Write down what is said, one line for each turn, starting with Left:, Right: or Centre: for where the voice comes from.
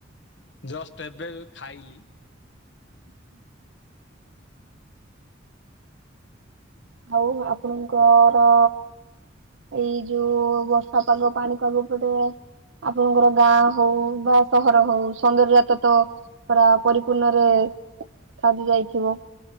Left: ଜଷ୍ଟ ଏବେ ଖାଇଲି।
Right: <unintelligible> ଆଉ ଆପଣଙ୍କର ଏଇ ଯୋଉ ବର୍ଷା ପାଗ ପାଣି ପାଗ ଉପରେ ଆପଣଙ୍କର ଗାଁ ହଉ ବା ସହର ହଉ ସୌନ୍ଦର୍ଯ୍ୟାତ ତ ପୁରା ପରିପୂର୍ଣ୍ଣ ରେ ସାଜି ଯାଇଥିବ।